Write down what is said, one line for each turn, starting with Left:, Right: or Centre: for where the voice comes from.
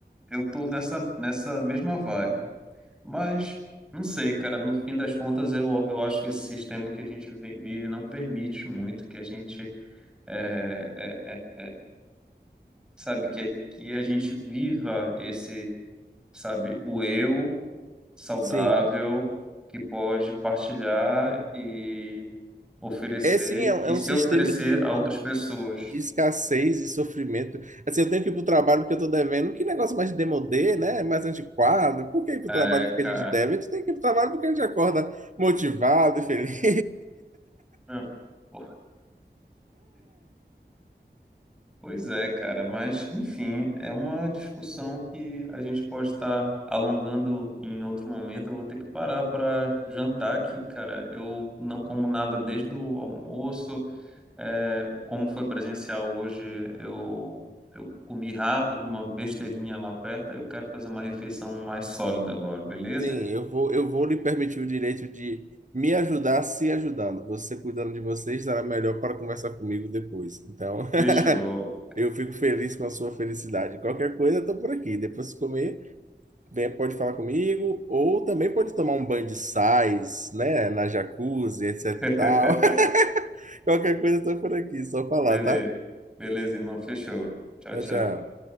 Centre: eu tô nessa, nessa mesma vibe. Mas não sei, cara. No fim das contas, eu, eu acho que esse sistema que a gente vi- vive não permite muito que a gente, é, é, é, sabe, que, que a gente viva esse, sabe, o eu. saudável
Right: Sim.
Centre: que pode partilhar e oferecer
Right: É sim, é, é
Centre: e
Right: um
Centre: se
Right: sistema
Centre: oferecer
Right: de,
Centre: a outras
Right: de,
Centre: pessoas.
Right: de escassez e sofrimento. Assim, eu tenho que ir para o trabalho porque eu estou devendo. Que negócio mais demodê, né? É Mais antiquado. Por que ir para
Centre: É,
Right: o trabalho porque
Centre: cara.
Right: a gente deve? A gente tem que ir para o trabalho porque a gente acorda motivado e feliz.
Centre: Ah, pô. Pois é, cara, mas enfim, é uma discussão que a gente pode estar alongando em outro momento. Eu vou ter que parar para jantar aqui, cara. Eu não como nada desde o almoço. É, como foi presencial hoje, eu, eu comi rápido, uma besteirinha lá perto, aí eu quero fazer uma refeição mais sólida agora, beleza?
Right: Sim, eu vou, eu vou lhe permitir o direito de me ajudar se ajudando. Você cuidando de você estará melhor para conversar comigo depois. Então, <laughs>
Centre: Fechou.
Right: eu fico feliz com a sua felicidade. Qualquer coisa, eu estou por aqui. Depois de comer, vem, pode falar comigo, ou também pode tomar um banho de sais, né, na jacuzzi, etc
Centre: <laughs>
Right: e tal. <laughs> Qualquer coisa, eu estou por aqui. Só falar,
Centre: Beleza.
Right: tá?
Centre: Beleza, irmão, fechou. Tchau,
Right: Tchau,
Centre: tchau.
Right: tchau.